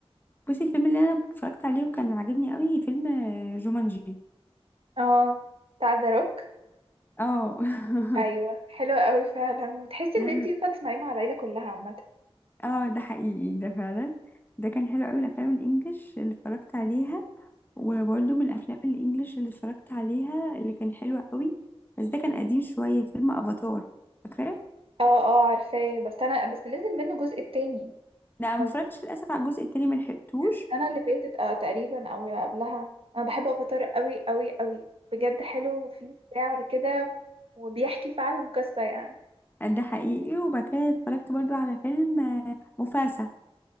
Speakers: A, on the left; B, on the right.
A: بصي الفيلم اللي انا اتفرجت عليه وكان عاجبني قوي فيلم آه، جومانجي
B: اه بتاع ذا روك
A: اه
B: ايوه حلو قوي فعلا وتحسي ان
A: <laughs> حلو.
B: انتي ينفع تسمعيه مع العيله كلها عامه
A: اه ده حقيقي ده فعلا ده كان حلو قوي الافلام الانجليش اللي اتفرجت عليها وبرده
B: مم.
A: من الافلام الانجليش اللي اتفرجت عليها اللي كان حلو قوي بس ده كان قديم شويه فيلم افاتار فاكراه
B: اه اه عارفاه بس انا بس نزل منه الجزء التاني
A: لا ما
B: لو
A: اتفرجتش للاسف على الجزء التاني ما لحقتوش
B: كان السنه اللي فاتت اه تقريبا او قبلها انا بحب افاتار قوي قوي قوي بجد حلو وفيه مشاعر كده وبيحكي فعلا قصه يعني
A: ده حقيقي وبعد كده اتفرجت برضو على فيلم آه، مفاسا